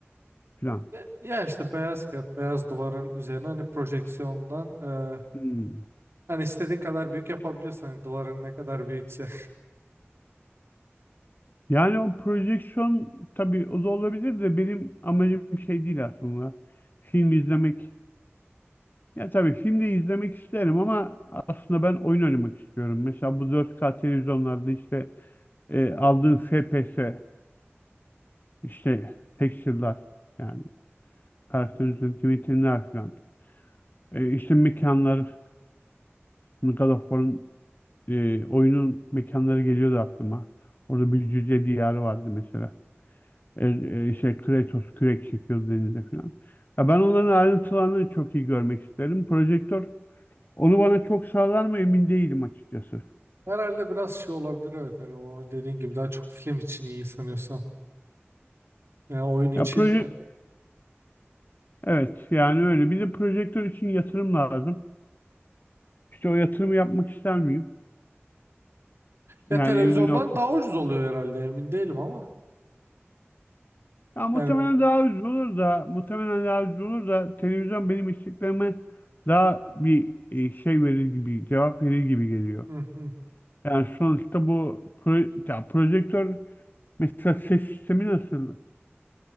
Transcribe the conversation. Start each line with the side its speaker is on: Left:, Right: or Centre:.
Left: falan.
Right: E, Ya işte beyaz kağıt, beyaz duvarın üzerine hani projeksiyondan e,
Left: Hmm.
Right: hani istediğin kadar büyük yapabiliyorsan hani duvarın ne kadar büyükse.
Left: Yani o projeksiyon tabii o da olabilir de benim amacım şey değil aslında. Film izlemek. Ya tabii film de izlemek isterim ama aslında ben oyun oynamak istiyorum. Mesela bu 4K televizyonlarda işte e, aldığın FPS, işte texture'lar yani karakter
Right: <laughs>
Left: üzerindeki metinler falan. E, işte mekanlar, God of War'ın e, oyunun mekanları geliyordu aklıma. Orada bir cüce diyarı vardı mesela. E, e, işte Kratos kürek çekiyor denize falan. Ya ben onların ayrıntılarını çok iyi görmek isterim. Projektör onu bana çok sağlar mı emin değilim açıkçası.
Right: Herhalde biraz şey olabilir evet hani o dediğin gibi daha çok film için iyi sanıyorsam. Yani oyun için
Left: Ya proje
Right: e,
Left: evet yani öyle. Bir de projektör için yatırım lazım. İşte o yatırımı yapmak ister miyim?
Right: ya
Left: Yani
Right: televizyondan
Left: evimin ortası.
Right: daha ucuz oluyor herhalde emin değilim ama.
Left: Ya muhtemelen
Right: Yani
Left: daha ucuz olur da muhtemelen daha ucuz olur da televizyon benim isteklerime daha bir e, şey verir gibi cevap verir gibi geliyor.
Right: hı hı.
Left: Yani sonuçta bu pro, ya projektör Mesela ses sistemi nasıl